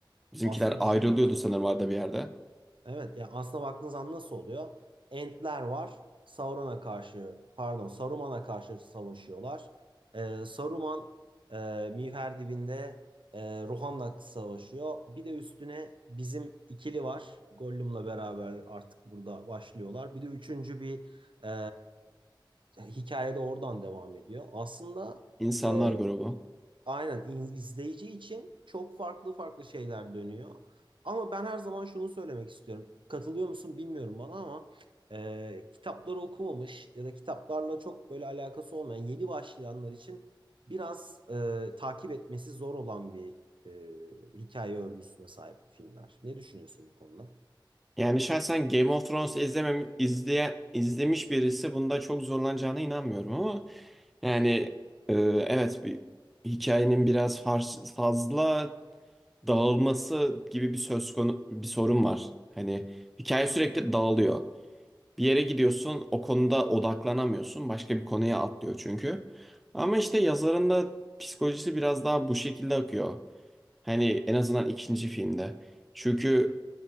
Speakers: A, in the centre; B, on the right.
A: Bizimkiler
B: Aslı düşündüğün
A: ayrılıyordu
B: zaman.
A: sanırım arada bir yerde.
B: Evet yani aslına baktığınız zaman nasıl oluyor? Entler var. Sauron'a karşı pardon Saruman'a karşı savaşıyorlar. Ee, Saruman e, Miğferdin'de e, Rohan'la savaşıyor. Bir de üstüne bizim ikili var. Gollum'la beraber artık burada başlıyorlar. Bir de üçüncü bir e, hikayede oradan devam ediyor. Aslında
A: İnsanlar
B: e,
A: grubu.
B: Aynen in- izleyici için çok farklı farklı şeyler dönüyor. Ama ben her zaman şunu söylemek istiyorum. Katılıyor musun bilmiyorum bana ama e, kitapları okumamış ya da kitaplarla çok böyle alakası olmayan yeni başlayanlar için biraz e, takip etmesi zor olan bir e, hikaye örgüsüne sahip filmler. Ne düşünüyorsun bu konuda?
A: Yani şahsen Game of Thrones izlemem, izleyen, izlemiş birisi bunda çok zorlanacağına inanmıyorum ama yani e, evet bir hikayenin biraz far- fazla dağılması gibi bir söz konu bir sorun var. Hani hikaye sürekli dağılıyor. Bir yere gidiyorsun, o konuda odaklanamıyorsun. Başka bir konuya atlıyor çünkü. Ama işte yazarın da psikolojisi biraz daha bu şekilde akıyor. Hani en azından ikinci filmde. Çünkü